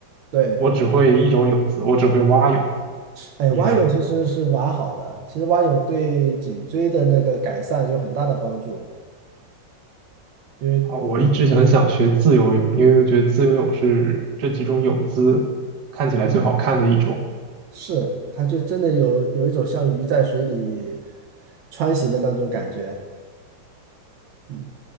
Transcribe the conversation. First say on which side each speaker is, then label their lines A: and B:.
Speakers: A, on the right (about 80°); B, on the right (about 60°).
A: 对，
B: 我只会一种泳姿，我只会蛙泳。
A: 哎，
B: 你呢？
A: 蛙泳其实是蛮好的，其实蛙泳对颈椎的那个改善有很大的帮助，因为
B: 啊，我一直很想学自由泳，因为我觉得自由泳是这几种泳姿看起来最好看的一种。
A: 嗯，是它就真的有有一种像鱼在水里穿行的那种感觉。嗯，